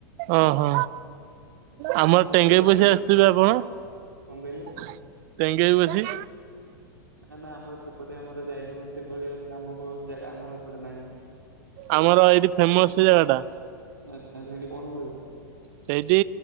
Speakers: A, on the right; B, on the right.
A: ଅ ହଁ। ଆମର
B: ଆପଣ
A: ଟେଙ୍ଗେଇ
B: ତାକୁ ଜଣେଇବେ
A: ପୋଷି ଆସିଥିବେ ଆପଣ
B: କଣ କହିଲେ?
A: ଟେଙ୍ଗେଇ ପୋଷି।
B: ନା ନା ଆମର ସେପଟେ ଆମର ଯାଇନୁ ସେଭଳିଆ ନାମକ ଜାଗା ଆମର ଏପଟେ ନାଇ।
A: ଆମର ଏଇଠି ଫେମସ୍ ଜାଗା ଟା।
B: ଆଚ୍ଛା ସେଇଠି କଣ ହୁଏ?
A: ସେଇଠି